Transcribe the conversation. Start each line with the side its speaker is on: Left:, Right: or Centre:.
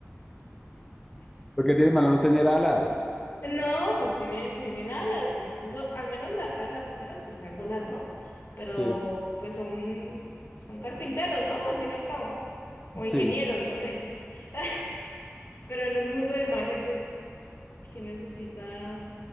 Centre: Porque tiene malo no tener alas.
Left: No, pues tienen, tienen alas, incluso al menos las alas artesanas pues pueden volar, ¿no? Pero
Centre: Sí,
Left: pues son, son carpinteros, ¿no? Al fin y al cabo. O ingenieros,
Centre: sí.
Left: no sé. <laughs> Pero en un mundo de magia, pues, ¿quién necesita,